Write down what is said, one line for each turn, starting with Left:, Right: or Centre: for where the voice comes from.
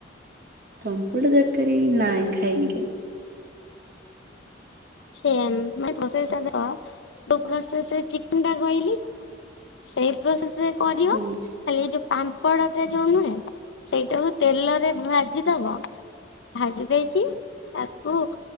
Right: ପାମ୍ପଡ ତରକାରୀ ନାଁ ଖାଇନି କେବେ?
Left: ସେୟା ମାନେ ପ୍ରୋସେସ୍ ଟା ଦେଖ, କୋଉ ପ୍ରୋସେସରେ ଚିକେନଟା କହିଲି? ସେଇ ପ୍ରୋସେସ୍ ରେ କରିବ
Right: ହୁଁ
Left: ଖାଲି ଏ ଯୋଉ ପାମ୍ପଡ ଟା ଯୋଉ ନୁହେଁ ସେଇଟାକୁ ତେଲରେ ଭାଜିଦବ। ଭାଜି ଦେଇକି ତାକୁ